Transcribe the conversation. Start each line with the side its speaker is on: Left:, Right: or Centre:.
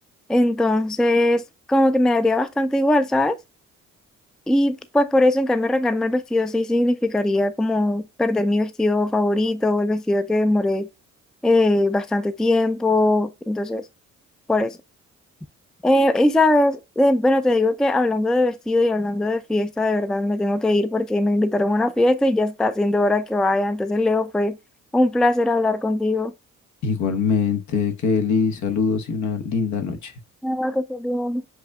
Centre: Entonces, como que me daría bastante igual, ¿sabes? Y pues por eso, en cambio, arrancarme el vestido sí significaría como perder mi vestido favorito o el vestido que demoré eh, bastante tiempo. Entonces, por eso. Eh, y sabes, eh, bueno, te digo que hablando de vestido y hablando de fiesta, de verdad me tengo que ir porque me invitaron a una fiesta y ya está siendo hora que vaya. Entonces, Leo, fue un placer hablar contigo.
Left: Igualmente, Kelly, saludos y una linda noche.
Centre: Ah, que estés bien.